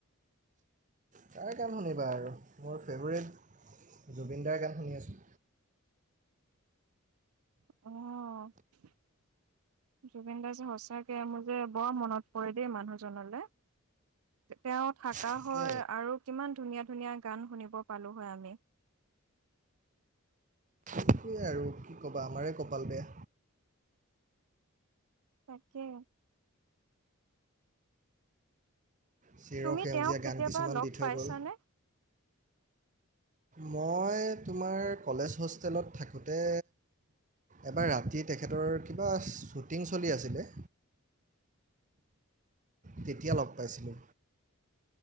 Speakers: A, on the right (about 35°); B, on the right (about 85°).
A: কাৰ গান শুনিবা আৰু মোৰ ফেভৰেট জুবিনদাৰ গান শুনি আছো।
B: অঁহ। জুবিন দা যে সঁচাকে মোৰ যে বৰ মনত পৰে দেই মানুহজনলৈ। তেওঁ থাকা
A: তাকে
B: হয়, আৰু কিমান ধুনীয়া-ধুনীয়া গান শুনিব পালো হয় আমি।
A: সেইটোৱে আৰু কি ক'বা আমাৰে কপাল বেয়া
B: তাকে।
A: চিৰসেউজীয়া
B: তুমি তেওঁক কেতিয়াবা
A: গান কিছুমান
B: লগ
A: দি থৈ
B: পাইছানে?
A: গ'ল। মই তোমাৰ কলেজ হোষ্টেলত থাকোঁতে এবাৰ ৰাতি তেখেতৰ কিবা শ্বুটিং চলি আছিলে। কেতি‌য়া লগ পাইছিলি?